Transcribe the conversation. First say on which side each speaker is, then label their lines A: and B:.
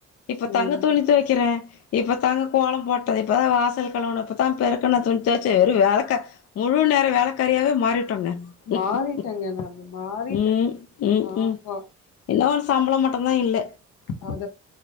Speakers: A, on the left (about 55°); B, on the left (about 75°).
A: இப்ப தாங்க
B: ம்
A: துணி துவைக்கிறே இப்ப தாங்க கோலம் போட்டது இப்பதா வாசல் கழுவுனே இப்பதா பெருக்குன்ன துணி துவச்சு வெறு வேலைக்கா முழு நேர வேலக்காறியாவே மாறிட்டோங்க <unintelligible>
B: மாறிட்டேங்க நானு மாறிட்டே
A: உம் உம்
B: ஆமா
A: உம் என்ன ஒரு சம்பளம் மட்ட மா இல்ல
B: அ